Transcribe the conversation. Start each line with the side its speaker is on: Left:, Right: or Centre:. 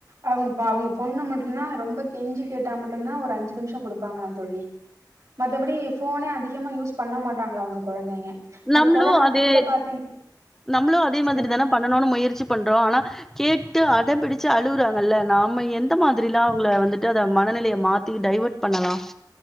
Right: அவுங் பா அவுங்க பொண்ணு மட்டும்தா ரொம்ப கெஞ்சி கேட்டா மட்டும் தா ஒரு அஞ்சு நிமிஷம் குடுப்பாங்களா தோழி மத்தபடி ஃபோனே அதிகமா யூஸ் பண்ண மாட்டாங்களா அவுங்க கொழந்தைங்க அந்
Centre: நம்மளு
Right: கொரனா
Centre: அதே
Right: டைம்ல பாத்தீங்
Centre: நம்மளு அதே
Right: சொல்லுங்க
Centre: மாதிரி தான பண்ணணுன் முயற்ச்சி பண்றோ ஆனா கேட்டு அடம் பிடிச்சு அழுறாங்கல்ல நாம் ம்ப எந்த மாதிரிலா அவுங்களா வந்துட் டு அத மனநிலையை மாத்தி டைவர்ட் பண்ணலாம்